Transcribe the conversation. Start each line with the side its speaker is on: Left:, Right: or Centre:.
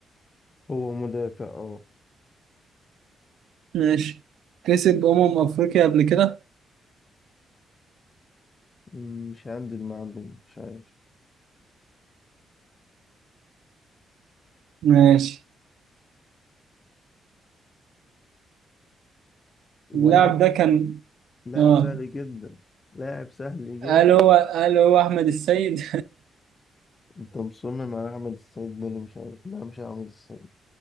Left: هو مدافع اه
Right: ماشي كسب أمم أفريقيا قبل كده
Left: مم، مش عندي المعلومة مش عارف
Right: ماشي
Left: ولاعب
Right: اللاعب ده كان
Left: لاعب
Right: اه
Left: سهل جدا لاعب سهل جدا
Right: هل هو هل هو أحمد السيد
Left: انت مصمم على احمد السيد ده اللي مش عارف لا مش احمد السيد